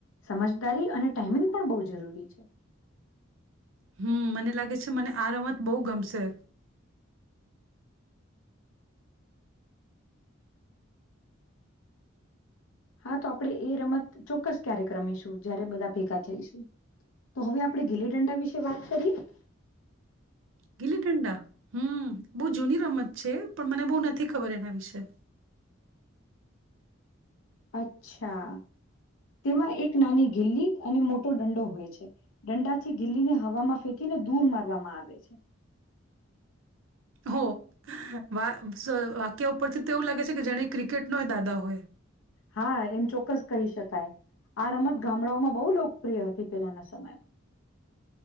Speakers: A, on the left (about 80°); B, on the right (about 75°).
A: સમજદારી અને ટાઈમિંગ પણ બહુ જરૂરી છે.
B: હમ્મ, મને લાગે છે મને આ રમત બહુ ગમશે.
A: હા, તો આપણે એ રમત ચોક્કસ ક્યારેક રમીશું જયારે બધા ભેગા થઈ છે તો હવે આપણે ગીલી ડંડા વિશે વાત કરીએ?
B: ગીલી દંડા. હમ્મ, બહુ જૂની રમત છે પણ મને બહુ નથી ખબર એના વિશે.
A: અચ્છા તેમાં એક નાની ગિલ્લી અને મોટો દંડો હોય છે. દંડા થી ગીલીને હવામાં ફેકીને દૂર મારવામાં આવે છે.
B: હો વાહ, સો વાક્ય ઉપરથી તો એવું લાગે છે કે, જેણે ક્રિકેટનોય દાદા હોય.
A: હા, એમ ચોક્કસ કહી શકાય આ રમત ગામડાઓમાં બહુ લોકપ્રિય હતી પેલાના સમયમાં.